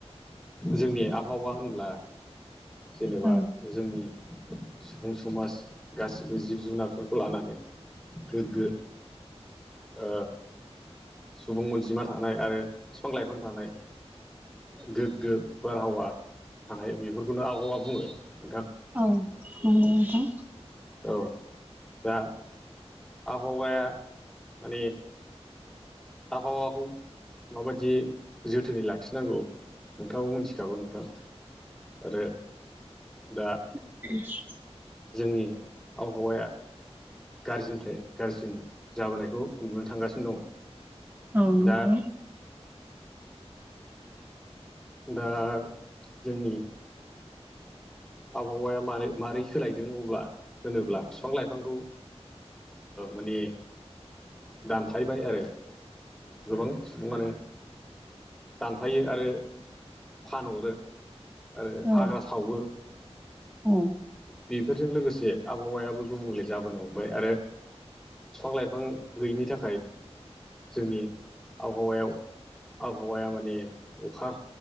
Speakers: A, in the centre; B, on the right.
A: जोंनि आबहावा होनब्ला जेनेबा
B: औ
A: जोंनि सुबुं समाज गासिबो जिब जुनारफोरखौ लानानै गोगगो ओ सुबुं अनजिमा थानाय आरो बिफां लाइफां थानाय गोगगो बारहावा थानाय बेफोरखौनो आबहावा बुङो नोंथां।
B: औ नंगौ नोंथां।
A: औ दा आबहावाया माने आबहावाखौ माबायदि जोथोनै लाखिनांगौ नोंथाङाबो मिनथिखागौ नोंथां। आरो दा
B: <inaudible>
A: जोंनि आबहावाया गाज्रिनिफ्राय गाज्रिसिन जाबोनायखौ नुनो थांगासिनो दङ
B: औ नंगौ
A: दा दा जोंनि आबहावाया मारै मारै सोलायदों अब्ला होनोब्ला बिफां लाइफांखौ माने दानफायबाय आरो गोबां सुबुङानो दानफायो आरो फानहरो आरो
B: औ
A: हाग्रा सावो
B: औ
A: बेफोरजों लोगोसे आबहावायाबो गुबुंले जाबोनो हमबाय आरो बिफां लाइफां गैयैनि थाखाय जोंनि आबहावायाव आबहावाया माने अखा